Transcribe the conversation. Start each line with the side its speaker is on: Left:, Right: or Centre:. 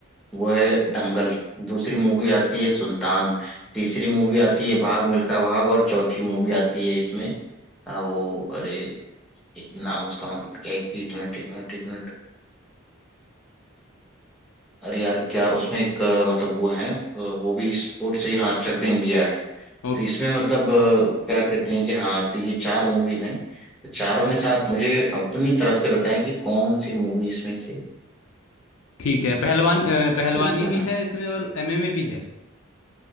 Centre: वो है दंगल दूसरी मूवी आती है सुल्तान तीसरी मूवी आती है भाग मिल्खा भाग और चौथी मूवी आती है इसमें आ, वो अरे एक नाम उसका मैं भूल गया एक एक मिनट एक मिनट एक मिनट अरे यार क्या उसमें एक अ, मतलब वो है अ, वो भी स्पोर्ट से ही, हाँ चक दे इंडिया है
Left: ओ
Centre: तो इसमें मतलब अ, क्या कहते हैं कि हाँ तो ये चार मूवीज हैं तो चारों में से आप मुझे अपनी तरफ से बताएं कि कौन सी मूवी इसमें से
Left: ठीक है पहलवान अ, पहलवानी
Centre: एक है
Left: भी है इसमें और एमएमए भी है